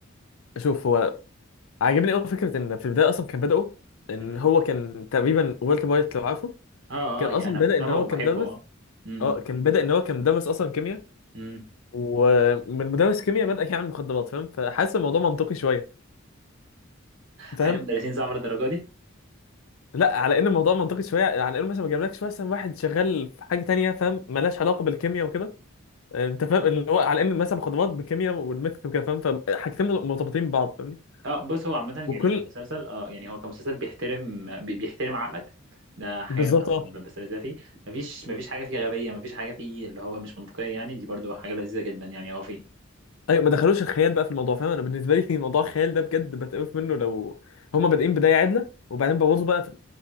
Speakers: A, on the left (about 80°); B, on the right (about 65°).
A: شوف هو عاجبني أوي فكرة إن في البداية أصلا كان بدأوا إن
B: مم.
A: هو كان تقريبا والتر وايت لو عارفه
B: اه
A: كان
B: اه
A: أصلا
B: يعني انا
A: بدأ
B: متابعه
A: إن هو
B: وبحبه
A: كمدرس
B: اه امم
A: أه كان بدأ إن هو كمدرس أصلا كيمياء
B: امم
A: ومن مدرس كيمياء بدأ يعمل مخدرات فاهم فحاسس الموضوع منطقي شوية فاهم
B: حياه المدرسين صعبه للدرجه دي
A: لا على إن الموضوع منطقي شوية على إنه مثلا ما جابلكش مثلا واحد شغال في حاجة تانية فاهم ملهاش علاقة بالكيمياء وكده آه، أنت فاهم اللي هو على إن مثلا مخدرات بالكيمياء والميث وكده فاهم فحاجتين مرتبطين ببعض فاهمني
B: اه بص هو عامه
A: وكل
B: يعني كمسلسل اه يعني هو كمسلسل بيحترم بي- بيحترم عقلك ده حاجه
A: بالظبط
B: انا ب-
A: اه
B: ب- بستلذها فيه مفيش مفيش حاجه فيه غبيه مفيش حاجه فيه اللي هو مش منطقيه يعني دي برضو حاجه لذيذه جدا يعني اه
A: ايوه ما دخلوش الخيال بقى في الموضوع فاهم انا بالنسبه لي <laughs> موضوع الخيال ده بجد بتقف منه لو هما بادئين بدايه عادله وبعدين بوظوا بقى في